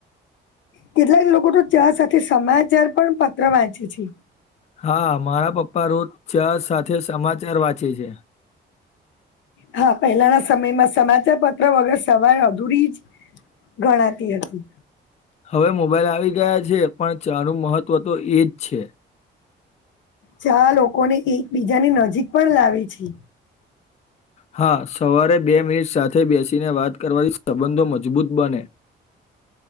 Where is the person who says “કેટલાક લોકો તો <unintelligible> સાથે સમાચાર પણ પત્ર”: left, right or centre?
Left